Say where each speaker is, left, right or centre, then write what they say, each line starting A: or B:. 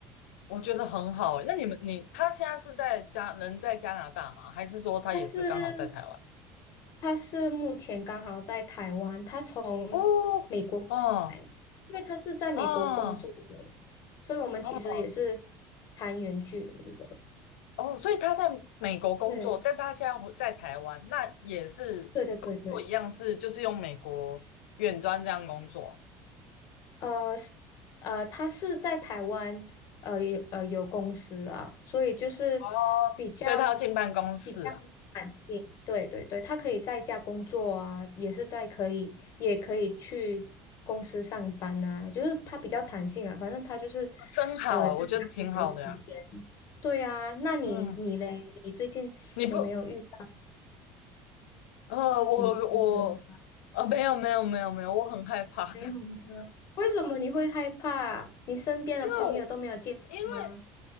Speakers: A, on the left; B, on the left.
A: 我觉得很好欸。那你们，你他现在是在加，人在加拿大吗？还是说他也是刚好在台湾？
B: 但是他是目前刚好在台湾，他从美国回来，
A: 哦，哦，
B: 因为他是在美国工作的，
A: 哦，
B: 所以我们其实也是谈远距离的。
A: 哦，哦，所以他在美国工作，
B: 对，
A: 但是他现在回在台湾，那也是工作一样是就是用美国远端这样工作
B: 对对对对呃是呃，他是在台湾呃有呃有公司啊，所以就是比较
A: 哦，所以他要进办公室啊，
B: 比较弹性，对对对，他可以在家工作啊，也是在可以也可以去公司上班啊，就是他比较弹性啊，反正他就是
A: 真好啊，
B: 呃自己安排好时间。
A: 我觉得挺好的呀、
B: 对啊，那你你嘞，
A: 嗯，
B: 你最近有没有遇到
A: 你不，呃，
B: 喜欢的人？
A: 我我呃，没有没有没有没有，我很害怕，
B: 没有吗？为什么你会害怕？你身边的朋友都没有介绍吗？
A: <laughs> 因为我。因为